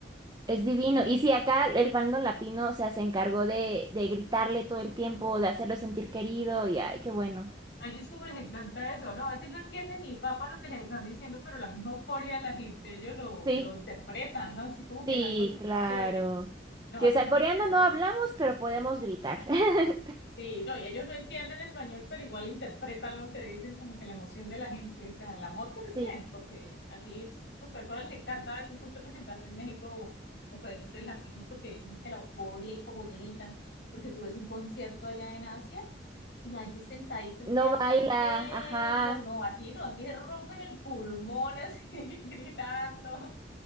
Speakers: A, on the right (about 25°); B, on the left (about 65°).
A: Es divino.
B: Sí,
A: Y si acá el fandom latino, o sea, se encargó de, de gritarle todo el tiempo, de hacerlo sentir querido, y ay, qué bueno.
B: A ellos como les encanta eso, ¿no? A veces no entienden ni papa lo que les están diciendo, pero la misma euforia de la gente, ellos lo,
A: Sí,
B: lo interpretan, ¿no? Así como
A: sí,
B: que es algo súper
A: claro.
B: chévere. No,
A: Sí,
B: hacen
A: o sea,
B: musicales.
A: coreano no hablamos, pero podemos gritar. <laughs>
B: Sí, no, y ellos no entienden español, pero igual interpretan lo que dicen, como que la emoción de la gente, o sea, el amor que reciben,
A: Sí,
B: porque aquí es súper, pero les encanta a veces mucho presentarse en México o o países latinos porque dicen que la euforia y como gritan, porque tú ves un concierto allá en Asia y la gente sentadita así
A: no baila,
B: haciendo,
A: ajá,
B: no, aquí no, aquí se rompen el pulmón así, <laughs> gritando,